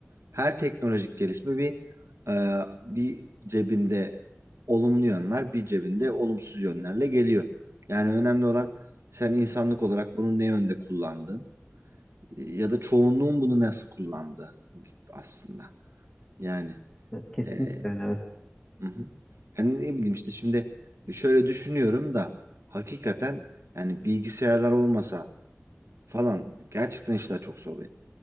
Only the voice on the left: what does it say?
Evet, Kesinlikle
öyle. evet.